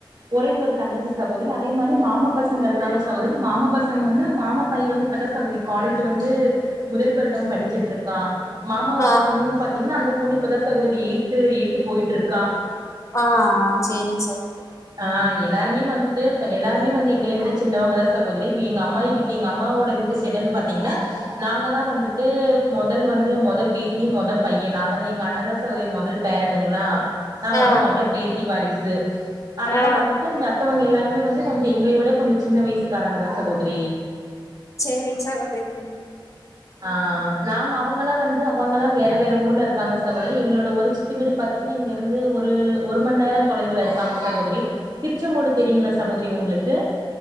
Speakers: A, on the right; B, on the left.
A: ஒரே ஒரு தங்கச்சி சகோதரி அதே மாரி மாமா பசங்க இருக்காங்க சகோதரி மாமா பசங்க வந்து மாமா பையன் வந்து இப்பதா சகோதரி காலேஜ் வந்து முதல்வரிடம் படிச்சிட்டு இருக்கான் மாமாவோட
B: ஆ
A: பொண்ணுன்னு பாத்தீங்கன்னா அந்த பொண்ணு இப்பதா சகோரி எய்த்து எய்த்து போயிட்டு இருக்கா
B: ஆ சேரிங்க சகோதரி
A: ஆ எல்லாருமே வந்துட்டு இப்ப எல்லாருமே வந்து எங்களை விட சின்னவங்கதா சகோதரி வி அம்மாயி வீட்டு எங்க அம்மாவோட வீ சைடுனு பாத்தீங்கன்னா நாங்கதா வந்துட்டு மொதல் வந்து மொ இதா பேத்தி மொத பையனா நாங்கதா எங்க அண்ணந்தா சகோதரி மொத பேரனுங்ளா நா வந்து
B: ஆ
A: மொதொ பேத்தி வாரிசு அதனால
B: ஆ
A: வந்துட்டு மத்தவங்க எல்லா ருமே வந்து கொஞ்சோ எங்களை விட கொஞ்சோ சின்ன வயசுக்காராங்கதா சகோதரி
B: சரிங்க சகோதரி ம்
A: ஆ நாங்க அவங்கெல்லா வ ந்து அவங்கெல்லா வேற வேற ஊர்ல இருக்காங்க சகோதரி எங்களோட ஒரு சித்தி வீடு பாத்தீங்கன்னா இங்க இருந்து ஒரு மண் நேர தொலைவில இருக்காங்க சகோதரி திருச்சங்கோடு தெரியுங்ளா சகோதரி உங்களுக்கு